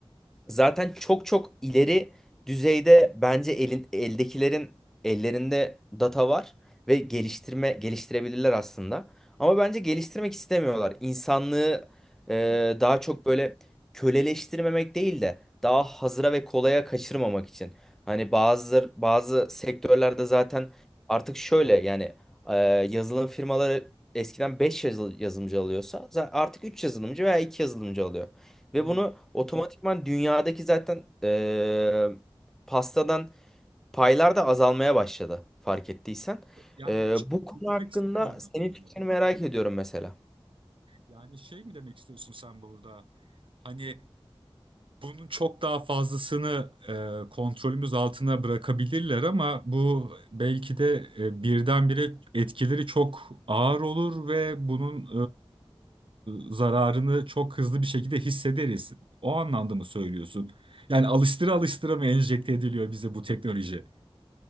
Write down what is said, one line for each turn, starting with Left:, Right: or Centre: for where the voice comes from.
Centre: zaten çok çok ileri düzeyde bence elin, eldekilerin ellerinde data var ve geliştirme geliştirebilirler aslında. Ama bence geliştirmek istemiyorlar. İnsanlığı e,
Right: Hmm.
Centre: daha çok böyle köleleştirmemek değil de daha hazıra ve kolaya kaçırmamak için. Hani bazı bazı sektörlerde zaten artık şöyle yani e, yazılım firmaları eskiden 5 yazılımcı alıyorsa za- artık 3 yazılımcı veya 2 yazılımcı alıyor. Ve
Right: Hmm.
Centre: bunu otomatikman dünyadaki zaten eee, pastadan paylar da azalmaya başladı fark ettiysen.
Right: Yani
Centre: Eee,
Right: şey
Centre: bu konu
Right: üzülmek
Centre: hakkında
Right: istemiyorum
Centre: senin
Right: aslında.
Centre: fikrini merak ediyorum mesela.
Right: Yani şey mi demek istiyorsun sen burada? Hani bunun çok daha fazlasını e, kontrolümüz altına bırakabilirler ama bu belki de e, birdenbire etkileri çok ağır olur ve bunun e, zararını çok hızlı bir şekilde hissederiz. O anlamda mı söylüyorsun? Yani alıştıra alıştıra mı enjekte ediliyor bize bu teknoloji?